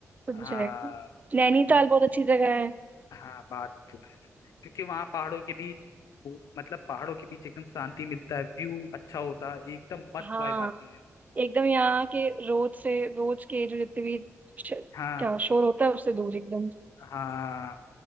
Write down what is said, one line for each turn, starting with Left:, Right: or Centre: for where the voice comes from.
Right: कुछ
Left: हाँ
Right: भी चलेगा नैनीताल
Left: मुझे
Right: बहुत अच्छी जगह है
Left: हाँ बात तो है क्योंकि वहाँ पहाड़ों के बीच मतलब पहाड़ों के बीच एकदम शांति मिलता है व्यू अच्छा होता है एकदम मस्त
Right: हाँ
Left: वाइब आती है
Right: एकदम यहाँ के रोज से रोज के जो जितने भी श-
Left: हाँ
Right: क्या शोर होता है उससे दूर एकदम
Left: हाँ